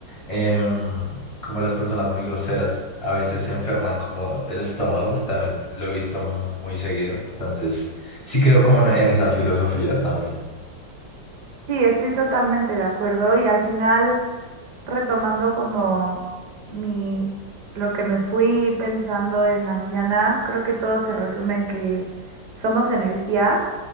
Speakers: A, on the left; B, on the right.
A: em, como las personas muy groseras a veces se enferman como del estómago, también lo he visto mu- muy seguido. Entonces, sí creo como en en esa filosofía también.
B: Sí, estoy totalmente de acuerdo y al final... retomando como mi lo que me fui pensando en la mañana, creo que todo se resume en que somos energía